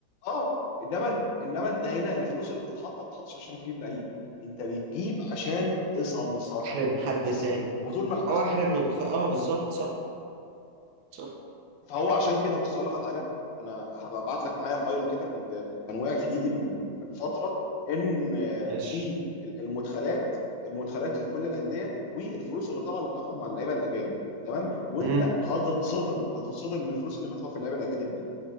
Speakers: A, on the left; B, on the right.
A: اه انما انما انت هنا الفلوس اللي بتتحط ما بتتحطش عشان تجيب لعيب انت بتجيب عشان تسمسر
B: احرم حد
A: بس
B: تاني
A: وطول ما الحق
B: او احرم الخ... اه بالظبط صح صح
A: فهو عشان كده بص اقول لك على حاجه انا هبعت لك معايا فايل كده كنت كان واقع في ايدي من من فتره ان
B: ماشي
A: بالمدخلات المدخلات لكل الانديه والفلوس اللي طالعه اللي بتاخد مع اللعيبه الاجانب تمام وانت
B: امم
A: هتتصدم هتتصدم من الفلوس اللي مدفوعه في اللعيبه الاجانب دي